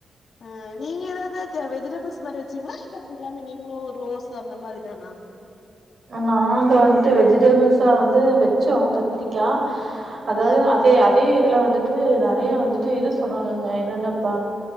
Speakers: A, on the left; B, on the right.
A: அ நீங்க ஏதாவது வெஜிடபுள்ஸ் மாரி வச்சீங்ளா இல்ல ஃபுல்லாமே நீங்களு ரோஸ் அந்த மாரி தானா
B: நாங்க வந்துட்டு வெஜிடபுள்ஸா வந்து வச்சோ கத்திரிக்கா அதாது
A: ஆ
B: அதே அத் அதே இதுல வந்துட்டு நெறைய வந்துட்டு இது சொன்னாங்கங்க என்னன்னப்ப